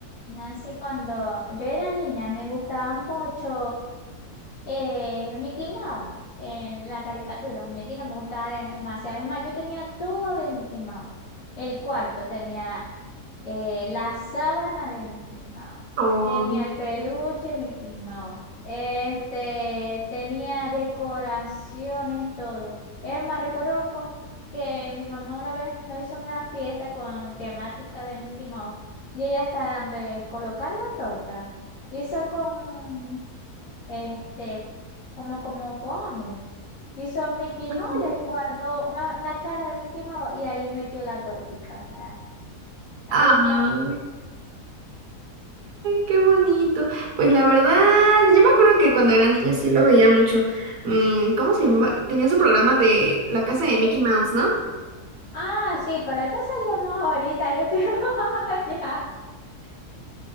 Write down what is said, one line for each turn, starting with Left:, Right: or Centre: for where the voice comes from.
Left: Nancy, cuando yo era niña me gustaba mucho eh, Mickey Mouse, en la caricatura, un muñequito me gustaba demasiado. Es más, yo tenía todo de Mickey Mouse. El cuarto tenía eh, la sábana de Mickey Mouse,
Right: Ay,
Left: tenía el peluche de Mickey Mouse, este, tenía decoraciones, todo. Es más, recuerdo con que mi mamá una vez nos hizo una fiesta con temática de Mickey Mouse y Llegué hasta donde colocar la torta. Y eso con, este, como, como foamy. Hizo Mickey
Right: sí.
Left: Mouse y ahí guardó una, una cara de Mickey Mouse y ahí metió la tortica. O sea, a
Right: ay,
Left: mí me gusta.
Right: qué bonito. Pues la verdad, yo me acuerdo que cuando era niña sí lo veía mucho. Mm, ¿cómo se llamaba? Tenía su programa de La casa de Mickey
Left: Mi...
Right: Mouse, ¿no?
Left: Ah, sí, pero esta salió más ahorita. Yo estoy <laughs> allá.